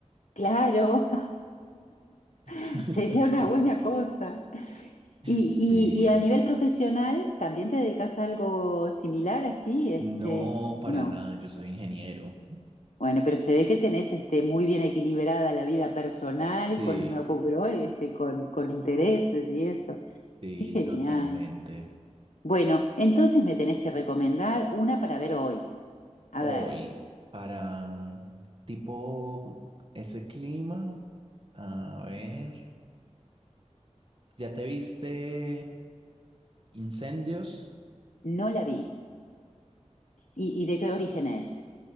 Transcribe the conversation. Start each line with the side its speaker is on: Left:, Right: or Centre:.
Left: Claro,
Right: <laughs>
Left: <laughs> sería una buena cosa. Y,
Right: Sí,
Left: y, y a nivel profesional, ¿también te dedicas a algo similar así? Este,
Right: no, para
Left: no.
Right: nada, yo soy ingeniero.
Left: Bueno, pero se ve que tenés este, muy bien equilibrada la vida personal
Right: Sí,
Left: con, con- este, con, con intereses y eso.
Right: sí,
Left: Es genial.
Right: totalmente.
Left: Bueno, entonces me tenés que recomendar una para ver hoy. A
Right: Hoy,
Left: ver,
Right: para tipo ese clima, a ver, ¿ya te viste Incendios?
Left: no la vi. ¿Y, y de qué origen es?